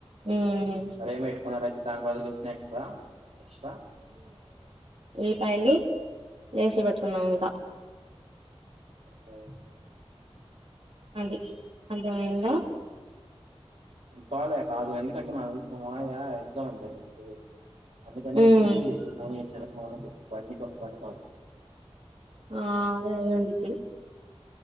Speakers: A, on the right; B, on the right.
A: ఉమ్
B: అరే మ కోనరా దాని బదులు స్నాక్స్ స్క్స్
A: ఉల్లిపాయలు వేసి పెట్టుకున్నాం, ఇంకా
B: అ
A: అది అర్ధంమైందా,
B: కాల అదు ఎందుకంటిన మాయ ఎక్జామ్ అంద నాకు అబద్దం
A: ఉమ్
B: చేపి ఫోన్ చేశా మా వాళ్లకు బండి కావా
A: ఆ అదే అయిండిదే